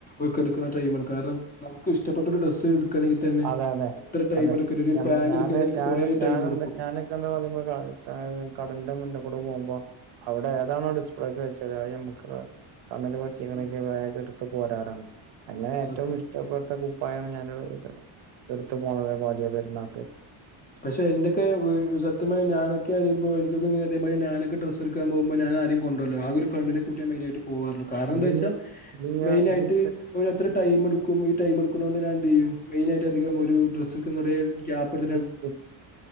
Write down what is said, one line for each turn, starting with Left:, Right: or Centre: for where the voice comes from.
Left: ഒക്കെ എടുക്ക്ണാ ടൈമാണ് കാരണം നമക്ക് ഇഷ്ടപ്പെട്ട ഒര് ഡ്രസ്സ് എടുക്കണെങ്കി തന്നെ
Right: അതെ അതെ
Left: ഇത്ര ടൈം
Right: അതെ
Left: എടുക്കണ ഒരു
Right: ഞമ്മ
Left: പാന്റ്
Right: ഞാന്
Left: എടുക്കണെ തന്നെ എനിക്ക്
Right: ഞാന്
Left: കൊറേ
Right: ഞാനെന്താ
Left: ടൈം എടുക്കും.
Right: ഞാനൊക്കെ എന്താ പറയുന്നത് കാണ് കടന്റെ മുന്നേ കൂടെ പോവ്മ്പോ അവടെ ഏതാണോ ഡിസ്പ്ലേക്കെ വെച്ചത് അത് ഞാമ്മാക്ക് കണ്ണന് പറ്റീക്ക്ണ്
Left: ഉം
Right: ഇല്ലേ വേഗം എടുത്ത് പോരാറാ. അങ്ങനെ ഏറ്റോം
Left: സത്യം
Right: ഇഷ്ടപ്പെട്ട
Left: സത്യം.
Right: കുപ്പായാണ് ഞാൻ <unintelligible> എട്ത്ത് പോണത് വല്ല്യ പെര്ന്നാക്ക്
Left: പക്ഷേ എന്റെക്കെ വീ സത്യം പറഞ്ഞാ ഞാനൊക്കെ അറിയ്മ്പോ എനിക്കൊക്കെ ഇതേ മാരി ഞാന ഡ്രസ്സ് എട്ക്കാൻ പോമ്പോ ഞാൻ ആരേയും കൊണ്ട് പോല്ലാ ആകെ ഒര് ഫ്രണ്ട്നേ കുട്ടിയാ മെയിനാട്ട് പോവാറു ള്ളു കാരണം
Right: ഇജ്ജ്
Left: എന്താ വെച്ചാ
Right: ഇഞ്ഞ്
Left: മെയിനായിട്ട്
Right: ഇജ്ജ് ഇഞ്ഞ്
Left: ഒര് എത്ര
Right: ഇജ്ജ്
Left: ടൈം എട് ക്കൂ ഈ ടൈം എട്ക്കുന്നേണ്ട് ഞാൻ എന്ത് ചെയ്യം മെയിനായിട്ട് അധികം ഒരു ഡ്രസ്സ്‌ എടുക്കുന്നെ വരെ ഗ്യാപ്പ് എട്
Right: <unintelligible>